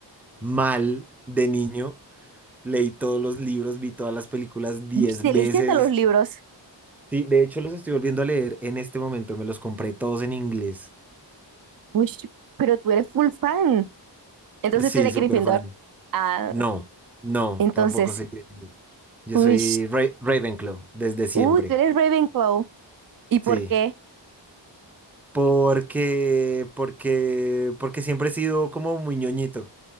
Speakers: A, in the centre; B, on the right.
A: mal de niño. Leí todos los libros, vi todas las películas diez
B: Uy, te
A: veces.
B: leíste hasta los libros.
A: Sí, de hecho los estoy volviendo a leer en este momento. Me los compré todos en inglés.
B: Uy, pero tú eres full fan. Entonces
A: Sí,
B: tú eres
A: súper
B: Gryffindor.
A: fan.
B: Ah,
A: No, no,
B: entonces,
A: tampoco soy Gryffindor. Yo
B: uy,
A: soy Ra- Ravenclaw desde siempre.
B: uy, tú eres Ravenclaw. ¿Y
A: Sí.
B: por qué?
A: Porque, porque, porque siempre he sido como muy ñoñito